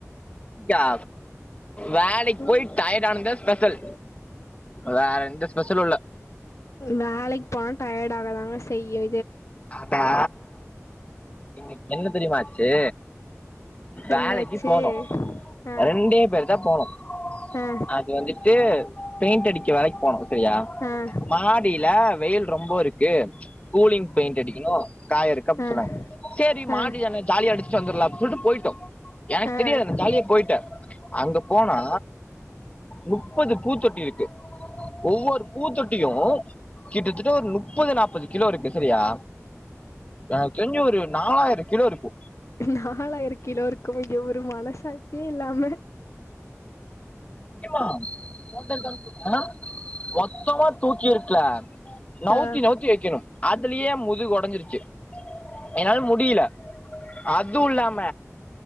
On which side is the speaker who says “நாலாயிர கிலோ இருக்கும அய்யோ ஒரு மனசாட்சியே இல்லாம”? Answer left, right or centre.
Left